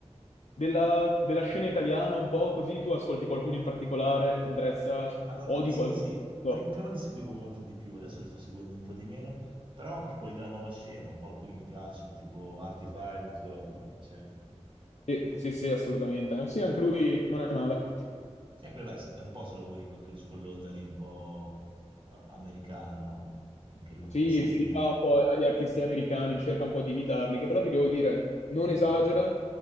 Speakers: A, on the left; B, on the right.
A: della, della scena italiana un po' così, tu ascolti qualcuno in particolare, ti interessa,
B: Allora,
A: odi
B: sì,
A: qualcuno?
B: sì,
A: No.
B: prim- prima li seguivo molto di più, adesso li sto seguendo un po' di meno, però anche quelli della nuova scena, un po' alcuni mi piacciono, tipo Artify, non so, tu piace?
A: Sì, sì, sì, assolutamente. Sì, anche lui non è male.
B: Sì, anche beh, è un po' sulla wave, anche lui su quell'onda lì un po' eh, americana, no? Anche lui
A: Sì,
B: come stile.
A: si rifà un po' agli artisti americani, cerca un po' di imitarli, che però ti devo dire, non
B: Mm.
A: esagera,